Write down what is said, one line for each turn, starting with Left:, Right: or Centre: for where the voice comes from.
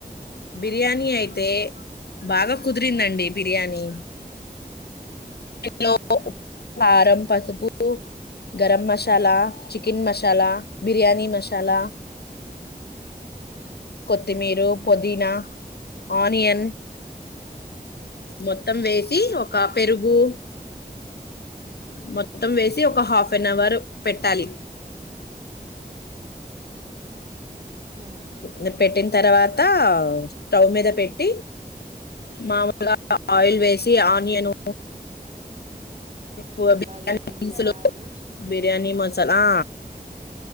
Left: బిర్యానీ అయితే బాగా కుదిరింది అండీ బిర్యానీ లో
Right: ఉమ్,
Left: ఉహారం పసుపు గరం మసాలా చికెన్ మసాలా బిర్యానీ మసాలా
Right: ఉమ్,
Left: కొత్తిమీరు పుదీనా ఆనియన్ మొత్తం వేసి ఒక పెరుగు మొత్తం వేసి ఒక హాఫ్ అన్ అవర్ పెట్టాలి
Right: న
Left: ద పెట్టిన తర్వాత స్టవ్ మీద పెట్టి మాముల్ గా ఆయిల్ వేసి ఆనియను బయా
Right: బాగా వేపించారా అని
Left: బిర్యానీ మ ఆ